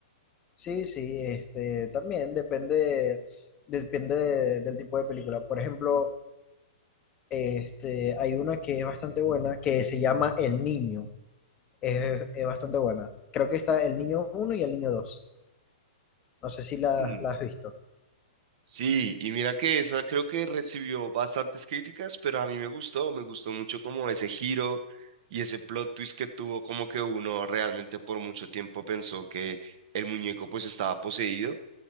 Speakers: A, on the left (about 20°); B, on the right (about 50°).
A: sí, sí, este, también depende, depende de- del tipo de película. Por ejemplo, este, hay una que es bastante buena que se llama El Niño. Es, es bastante buena. Creo que está El Niño uno y El Niño dos No sé si la,
B: Mm,
A: la has visto.
B: Sí, y mira que esa creo que recibió bastantes críticas, pero a mí me gustó, me gustó mucho como ese giro y ese plot twist que tuvo, como que uno realmente por mucho tiempo pensó que el muñeco pues estaba poseído.